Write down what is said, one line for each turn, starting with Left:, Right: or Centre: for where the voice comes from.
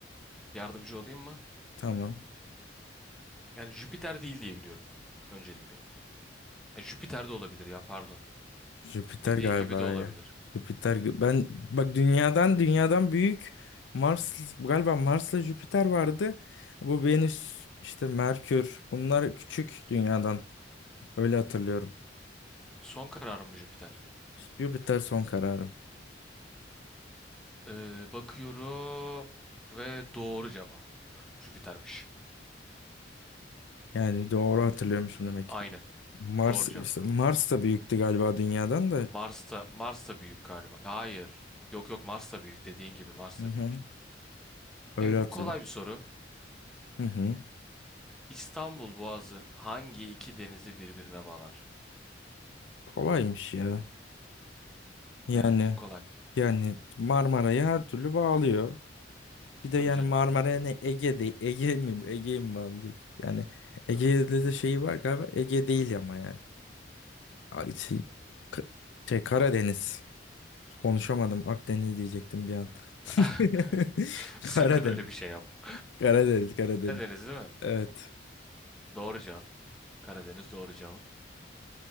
Centre: Yardımcı olayım mı?
Left: Tamam.
Centre: Yani Jüpiter değil diye biliyorum ben. Öncelikle. Ya Jüpiter de olabilir ya pardon.
Left: Jüpiter
Centre: Dediğin
Left: galiba
Centre: gibi de olabilir.
Left: ya. Jüpiter ben bak dünyadan dünyadan büyük Mars galiba Mars'la Jüpiter vardı. Bu Venüs işte Merkür bunlar küçük dünyadan. Öyle hatırlıyorum.
Centre: Son kararım mı Jüpiter?
Left: Jüpiter son kararım.
Centre: Ee, bakıyorum ve doğru cevap. Jüpiter'miş.
Left: Yani doğru hatırlıyormuşum demek.
Centre: Aynen.
Left: ki. Mars
Centre: Doğru
Left: işte
Centre: cevap.
Left: Mars da büyüktü galiba dünyadan da.
Centre: Mars'ta Mars'ta büyük galiba. Hayır. Yok yok Mars'ta büyük. Dediğin gibi Mars'ta
Left: Hı hı.
Centre: büyük.
Left: Öyle
Centre: Ee,
Left: hatırlıyorum.
Centre: bu kolay bir soru.
Left: Hı hı.
Centre: İstanbul Boğazı hangi iki denizi birbirine bağlar?
Left: Kolaymış ya. Yani
Centre: Evet, bu kolay.
Left: yani Marmara'yı her türlü bağlıyor. Bir de
Centre: Tabii
Left: yani
Centre: canım.
Left: Marmara'ya ne Ege değil. Ege mi? Ege'yi mi bağlayacak? Yani
Centre: Ta-
Left: Ege'de de şeyi var galiba. Ege değil ama yani. Ay, Şey, K- şey Karadeniz. Konuşamadım. Akdeniz diyecektim bir an. <laughs>
Centre: <laughs> Sakın
Left: Karadeniz.
Centre: öyle bir şey yapma.
Left: Karadeniz, Karadeniz.
Centre: Karadeniz değil mi?
Left: Evet.
Centre: Doğru cevap. Karadeniz doğru cevap.